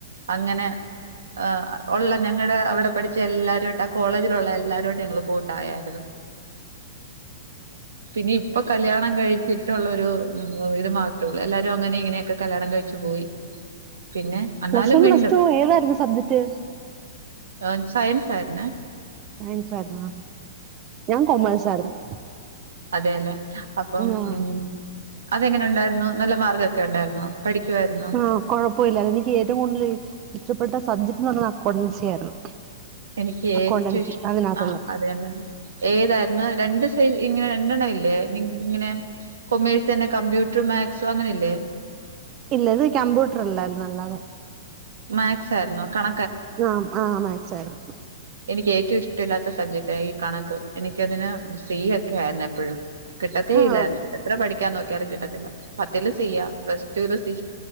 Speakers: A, on the right (about 85°); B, on the right (about 35°).
A: അങ്ങനെ ആണോ ഉള്ള ഞങ്ങളടെ അവിടെ പഠിച്ച എല്ലാരരുട്ട് ആ കോളേജിലുള്ള എല്ലാരരുട്ടും ഞങ്ങള് കൂ ട്ടായായിരുന്നു പിന്നെ ഇപ്പൊ കല്യാണം കഴിച്ചിട്ടുള്ളൊരു ഉം ഇത് മാത്രേള്ളൂ എല്ലാരും അങ്ങനെ ഇങ്ങനെയൊക്കെ കല്യാണം കഴിച്ചു പോയി പിന്നെ എന്നാലും
B: പ്ലസ് വൺ
A: മിണ്ടും
B: പ്ലസ് ടു ഏതായിരുന്നു സബ്ജക്ട്
A: ആ സയൻസ്ആയിരുന്നേ
B: സയൻസ് ആയിരുന്നു ഞാൻ കൊമേഴ്സ് ആയിരുന്നു
A: അതെല്ലെ അപ്പം
B: ആ
A: ഉം അതെങ്ങനെ ഉണ്ടായിരുന്നു നല്ല മാർകൊക്കെ ഉണ്ടായിരുന്നോ പഠിക്കുവായിരുന്നോ
B: ആ കുഴപ്പുല്ല അത് എനിക്ക് ഏറ്റവും കൂടുതൽ ഇഷ്ടപ്പെട്ട സബ്ജക് ട് ന്ന് പറഞ്ഞത് അക്കൗണ്ടൻസി ആയിരുന്നു
A: എനിക്ക്
B: അക്കൗണ്ടൻസി
A: ഏറ്റവും ഇഷ്
B: അതിനകത്തുള്ള
A: ആ അതെല്ലെ ഏതായിരുന്നു രണ്ട് സൈ ഇങ്ങനെ രണ്ടെണ്ണം ഇല്ലേ ഇങ്ങനെ കൊമേഴ്സെന്നെ കമ്പ്യൂട്ടർ മാക്സ് അങ്ങനെല്ലേ
B: ഇല്ല ഇത് കമ്പ്യൂട്ടർ അല്ലായിരുന്നു അല്ലാതെ
A: മാക്സ് ആയിരുന്നു കണ
B: ആ ആഹ് മക്സായിരുന്നു
A: എനിക്ക് ഏറ്റവും ഇഷ്ടല്ലാത്ത സബ്ജക്ട് ഈ കണക്ക് എനിക്കതിന് സി ഒക്കെ ആയിരുന്നു എപ്പോഴും കിട്ടത്തേല്ലായിരുന്നു
B: ആ
A: എത്ര പഠിക്കാൻ നോക്കിയാലും കിട്ടത്തില്ല പത്തിൽ സി പ്ലസ് ടൂലും സി